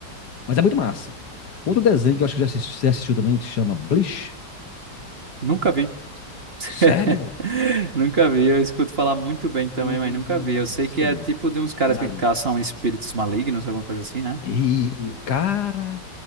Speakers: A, on the left (about 65°); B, on the right (about 35°).
A: Mas é muito massa. Outro desenho que eu acho que já assisti- você assistiu também, que chama Bleach.
B: Nunca vi. <laughs>
A: Sério?
B: Nunca vi. Eu escuto falar muito bem também,
A: Hum,
B: mas nunca vi. Eu sei
A: Você
B: que
A: tá
B: é
A: doido.
B: tipo de uns caras
A: Põe na
B: que caçam espíritos malignos, alguma coisa assim, né?
A: E, cara.